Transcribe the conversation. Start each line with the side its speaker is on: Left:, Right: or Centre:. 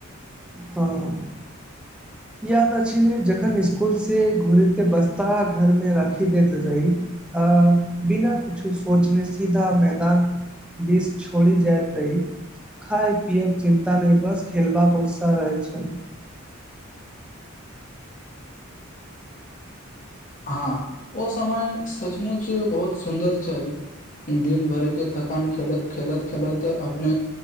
Centre: हं याद अछि ने जखन स्कूल से घुरते बस्ता घर में राखी देैत रही अ बिना किछु सोचने सीधा मैदान बीस छोड़ी जाइत रही खाय पियके चिन्ता नहि बस खेलबाक उत्साह आ रहै छैल
Left: हँ ओ समय सचमुच बहुत सुन्दर छल दिन भर के थकान खेलत खेलत खेलत अपने